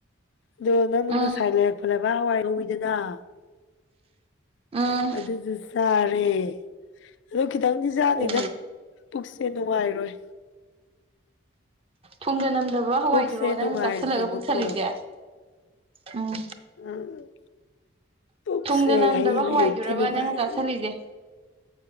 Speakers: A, on the left; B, on the right.
A: ꯑꯗꯣ ꯅꯪꯅ
B: ꯎꯝ
A: ꯉꯁꯥꯏ ꯂꯩꯔꯛꯄ ꯂꯩꯕꯥꯛ ꯍꯋꯥꯏ ꯉ‌ꯧꯋꯤꯗꯅ
B: ꯎꯝ
A: ꯑꯗꯨꯖꯨ ꯆꯥꯔꯦ ꯑꯗ‌ꯣ ꯈꯤꯇꯪꯗꯤ ꯆꯥꯅꯤꯗ
B: ꯑꯣ
A: ꯄꯨꯛꯁꯦ ꯅꯨꯡꯉꯥꯏꯔꯣꯏ
B: ꯊꯨꯡꯗ ꯅꯝꯗꯕ ꯍꯋꯥꯏꯗꯨꯔꯣ
A: ꯄꯨꯛꯁꯦ ꯅꯨꯡꯉꯥꯏꯔꯣꯏꯕꯀꯣ
B: ꯅꯪꯅ ꯆꯥꯁꯜꯂꯒ ꯄꯨꯛ ꯊꯜꯂꯤꯁꯦ ꯎꯝ
A: ꯎꯝ ꯄꯨꯛꯁꯦ
B: ꯊꯨꯡꯗ ꯅꯝꯗꯕ
A: ꯍꯌꯦꯡ ꯑꯌꯨꯛꯇꯤ
B: ꯍꯋꯥꯏꯗꯨꯔꯕ
A: ꯅꯨꯡꯉꯥꯏꯔꯣꯏ
B: ꯅꯪ ꯆꯥ ꯊꯜꯂꯤꯖ‌ꯦ